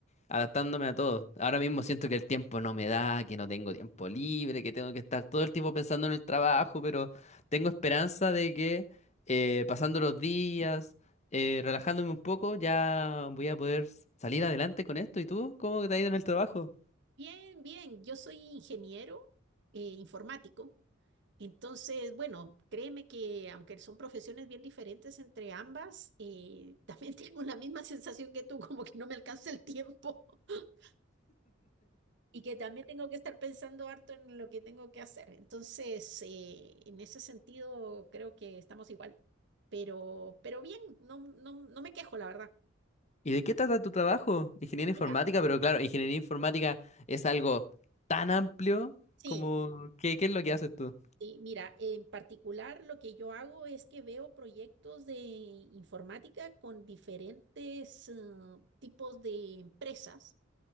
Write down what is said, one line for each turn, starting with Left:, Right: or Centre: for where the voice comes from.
Left: adaptándome a todo. Ahora mismo siento que el tiempo no me da, que no tengo tiempo libre, que tengo que estar todo el tiempo pensando en el trabajo, pero tengo esperanza de que eh, pasando los días, eh, relajándome un poco, ya voy a poder salir adelante con esto. ¿Y tú? ¿Cómo te ha ido en el trabajo?
Right: Bien, bien. Yo soy ingeniero eh, informático. Entonces, bueno, créeme que aunque son profesiones bien diferentes entre ambas, eh, también <laughs> tengo la misma sensación que tú, como que no me alcanza el tiempo <laughs> y que también tengo que estar pensando harto en lo que tengo que hacer. Entonces, eh, en ese sentido, creo que estamos igual. Pero, pero bien, no, no, no me quejo, la verdad.
Left: ¿Y de qué trata tu trabajo? Ingeniería informática,
Right: Mira,
Left: pero claro, ingeniería informática es algo tan amplio
Right: sí.
Left: como... ¿Qué, qué es lo que haces tú?
Right: Sí, mira, en particular lo que yo hago es que veo proyectos de informática con diferentes eh, tipos de empresas.